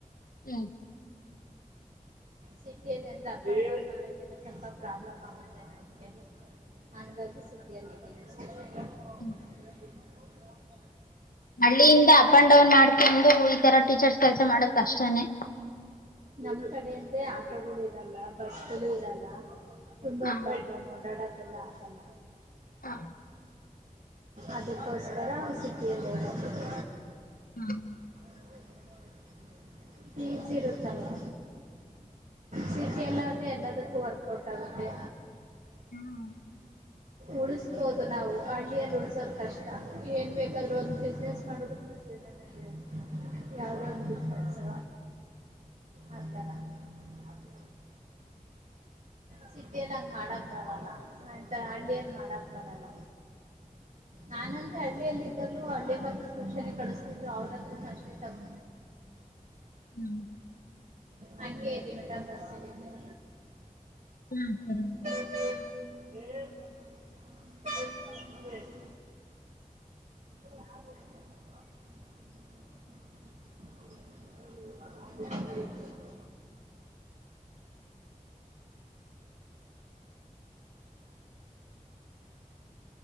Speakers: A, on the left; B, on the right.
A: ಹ್ಮ್
B: ಸಿಟಿಯಲ್ಲಿ ಅಂದ್ರೆ ಅಪ್ ಅಂಡ್ ಡೌನ್ ಮಾಡಕ್ಕೆಲ್ಲ ಸ್ವಲ್ಪ ಪ್ರಾಬ್ಲಮ್ ಆಗುತ್ತೆ ನನ್ಗೆ ಹಂಗಾಗಿ ಸಿಟಿ ಅಲ್ಲಿ ಇದ್ದೀನಿ <unintelligible>
A: ಹ್ಮ
B: <inaudible>
A: ಹಳ್ಳಿಯಿಂದ ಅಪ್ ಅಂಡ್ ಡೌನ್ ಮಾಡ್ಕೊಂಡು ಈ ತರ ಟೀಚರ್ಸ್ ಕೆಲಸ ಮಾಡಕ್ ಕಷ್ಟನೇ
B: ನಮ್ ಕಡೆ ಅಂದ್ರೆ ಆಟೋಗಳು ಇರಲ್ಲ ಬಸ್ಗಳು ಇರಲ್ಲ ತುಂಬಾ
A: ಹಾ
B: ಪ್ರಾಬ್ಲಮ್ ಓಡಾಡೋಕೆಲ್ಲ ಆಗಲ್ಲ
A: ಹಾ
B: ಅದಕ್ಕೋಸ್ಕರ ಸಿಟಿಯಲ್ಲಿ ಇರೋದು
A: ಹ್ಮ್
B: <unintelligible> ಇರುತ್ತಲ್ವಾ ಸಿಟಿ ಯಲ್ಲಾದರೆ ಎಲ್ಲದಕ್ಕೂ ವರ್ಕೌಟ್ ಆಗುತ್ತೆ
A: ಹ್ಮ್
B: ಉಳು ಹೋದು ನಾವು ಹಳ್ಳಿಯಲ್ಲಿ ಉಳಿಸುವುದು ಕಷ್ಟ ಏನ್ ಬೇಕಾದ್ರೂ ಒಂದ ಬಿಸ್ನೆಸ್ ಮಾಡೋದ <inaudible> <inaudible> ಯಾವುದೋ ಒಂದು ಬಿಸ್ನೆಲ್ಸು <unintelligible>
A: <inaudible>
B: ಸಿಟಿಯಲ್ಲಿ ಹಂಗ್ ಮಾಡಕ್ ಬರಲ್ಲ ಅಂತ ಹಳ್ಳಿಯಲ್ಲಿ ಮಾಡಕ್ ಬರಲ್ಲ ನಾನಂದ್ರೆ ಹಳ್ಳಿಯಲ್ಲಿ ಇದ್ದಾಗ್ಲೂ ಹಳ್ಳಿ ಮಕ್ ಟ್ಯೂಷನ್ ಗೆ ಕಳಿಸ್ತಿದ್ರು ಅವ್ರತ್ರನು ಅಷ್ಟೇ ತಗೊ
A: ಹ್ಮ <inaudible>
B: ಹಂಗೇರಿ ಮೇಡಮ್ ಬಸ್ ಇಳಿತೀನಿ
A: ಹ್ಮ್ <unintelligible>
B: <inaudible> <inaudible> <unintelligible>